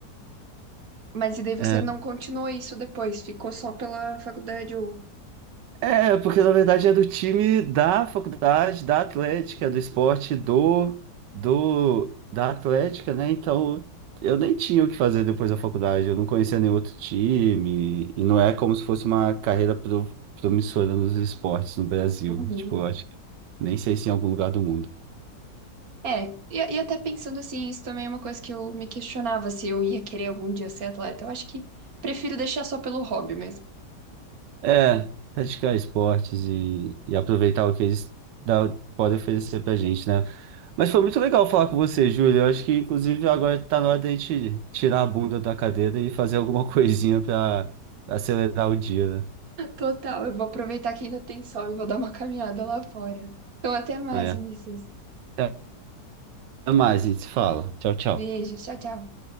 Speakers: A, on the right; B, on the right.
A: Mas e daí você
B: É,
A: não continuou isso depois? Ficou só pela faculdade ou...
B: É, porque na verdade é do time da faculdade, da Atlética, do esporte do, do da Atlética, né? Então eu nem tinha o que fazer depois da faculdade, eu não conhecia nenhum outro time, e não é como se fosse uma carreira pro- promissora nos esportes no Brasil.
A: Uhum.
B: Tipo, eu acho que nem sei se em algum lugar do mundo.
A: É, e, e até pensando assim, isso também é uma coisa que eu me questionava se eu ia querer algum dia ser atleta. Eu acho que prefiro deixar só pelo hobby mesmo.
B: É, praticar esportes e, e aproveitar o que eles dá- podem oferecer pra gente, né? Mas foi muito legal falar com você, Júlio. Eu acho que, inclusive, agora tá na hora da gente tirar a bunda da cadeira e fazer alguma <laughs> coisinha pra acelerar o dia,
A: Total, eu vou aproveitar que ainda tem sol e vou dar uma caminhada lá fora. Então, até mais,
B: né?
A: Vinícius.
B: É. Até mais, a gente se fala. Tchau, tchau.
A: Beijo, tchau, tchau.